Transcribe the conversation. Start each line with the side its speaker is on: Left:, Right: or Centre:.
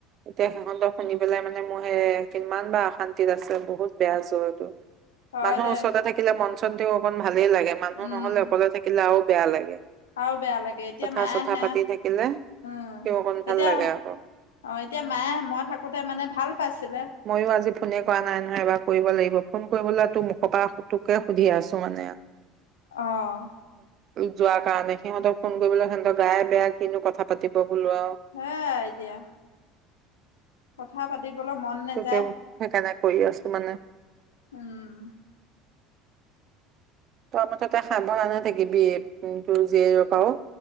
Right: এতিয়া সিহঁতক শুনি পেলাই মানে মোৰ সেই কিমান বাৰ অশান্তিত আছে বহুত বেয়া জ্বৰটো
Left: হয়
Right: মানুহৰ
Left: দে
Right: ওচৰতে থাকিলে মন চন তেও অকনমা- ভালেই লাগে মানুহ
Left: উম
Right: নহ'লে অকলে থাকিলে আৰু বেয়া লাগে
Left: আৰু বেয়া লাগে এতিয়া
Right: কথা
Left: মাই
Right: চথা
Left: হেয়া
Right: পাতি থাকিলে
Left: উম
Right: তেওঁ অকণ ভাল
Left: এতিয়া
Right: লাগে
Left: অঁ
Right: আকৌ।
Left: এতিয়া মায়ে মই থাকোঁতে মানে ভাল পাইছিলে
Right: ময়ো আজি ফোনে কৰা নাই নহয় এবাৰ কৰিব লাগিব ফোন কৰিবলৈ তো মুখৰ পৰা সেইটোকে সুধি আছো মানে
Left: অহ
Right: যোৱা কাৰণে সিহঁতক ফোন কৰিবলৈ সিহঁতক গায়ে বেয়া কিনো কথা পাতিব বোলো আৰু
Left: হা এতিয়া কথা পাতি- দিবলৈ মন নাযায়
Right: তোকে সেইকাৰণে কৰি আছো মানে
Left: উম
Right: তোৱা মতে তই সাবধানে থাকিবি থাকিবি তোৰ জীয়েৰ পাও